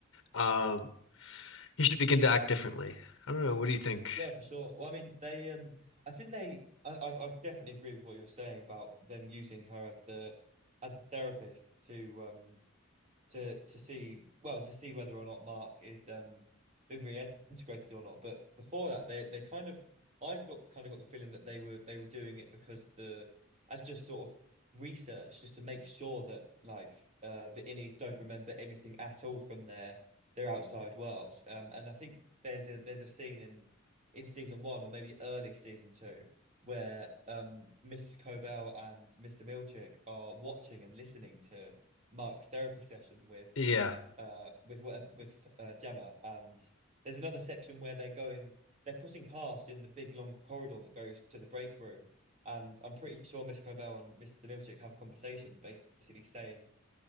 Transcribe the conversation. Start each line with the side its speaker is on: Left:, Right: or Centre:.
Left: Um, he should begin to act differently. I don't know. What do you think?
Right: Yeah, for sure. Well, I mean, they um, I think they, I, I, I definitely agree with what you're saying about them using her as the, as the therapist to um, to to see well to see whether or not Mark is um been reintegrated or not. But before that, they they kind of I got kind of got the feeling that they were they were doing it because the as just sort of research just to make sure that like uh the innies don't remember anything at all from their their outside world. Um, and I think there's a there's a scene in in season one or maybe early season two. Where um, Mrs. Cobell and Mr. Milchick are watching and listening to Mark's therapy session with
Left: Yeah.
Right: uh with what- with uh, Gemma, and there's another section where they're going they're crossing paths in the big long corridor that goes to the break room, and I'm pretty sure Miss Cobell and Mr. Milchick have a conversation, basically saying